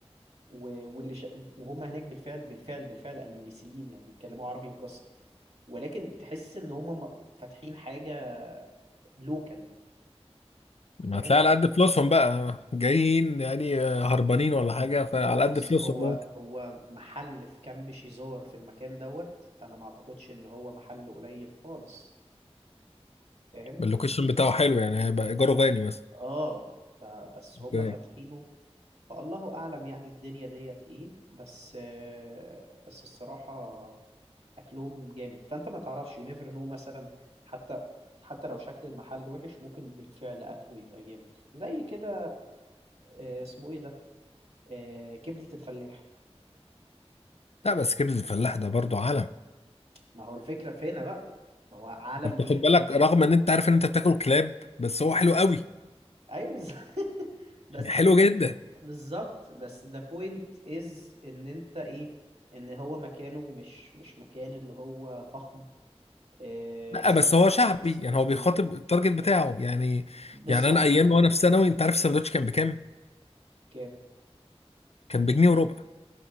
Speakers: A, on the right (about 70°); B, on the left (about 70°).
A: و... واللي ش... وهم هناك بالفعل بالفعل بالفعل أندونيسيين يعني بيتكلموا عربي مكسر ولكن تحس ان هم م- فاتحين حاجه لوكال
B: ما
A: فاهم
B: هتلاقي على قد فلوسهم بقى جايين يعني آه، هربانين ولا حاجه فعلى
A: هو بص
B: قد فلوسهم
A: هو
B: ممكن
A: هو محل في كامب شيزار في المكان دوت انا ما اعتقدش ان هو محل قليل خالص فاهم
B: اللوكيشن بتاعه حلو يعني هيبقى ايجاره غالي مثلا
A: اه فبس
B: اوكي
A: هم فاتحينه فالله اعلم يعني الدنيا ديت ايه بس آه، بس الصراحه اكلهم جامد فانت ما تعرفش يو نيفر نو مثلا حتى حتى لو شكل المحل وحش ممكن بالفعل اكله يبقى جامد زي كده آه، اسمه ايه ده آه، كبدة الفلاح
B: لا بس كبده الفلاح ده برضو عالم
A: ما هو الفكرة في هنا بقى ما هو عالم
B: انت بتاخد
A: ليه
B: بالك رغم ان انت عارف ان انت بتاكل كلاب بس هو حلو قوي
A: ايوه بز- <laughs> بس
B: حلو جدا
A: بالظبط بس the point is ان انت ايه ان هو مكانه مش مش مكان اللي هو فخم آه،
B: لا
A: اسم
B: بس هو شعبي
A: اسمه
B: يعني هو بيخاطب التارجت بتاعه يعني
A: بالظبط
B: يعني انا ايام وانا في ثانوي انت عارف الساندوتش كان بكام
A: كام
B: كان بجنيه وربع